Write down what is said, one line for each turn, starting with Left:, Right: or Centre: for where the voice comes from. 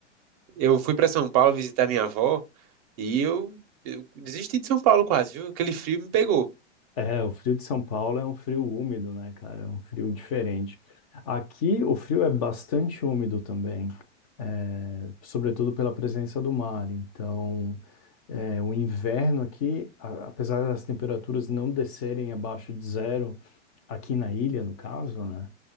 Right: Eu fui pra São Paulo visitar minha avó. E eu, eu desisti de São Paulo quase, viu? Aquele frio me pegou.
Left: É, o frio de São Paulo é um frio úmido, né, cara? É um frio diferente. Aqui o frio é bastante úmido também, é, sobretudo pela presença do mar. Então, é, o inverno aqui, a- apesar das temperaturas não descerem abaixo de zero, aqui na ilha, no caso, né?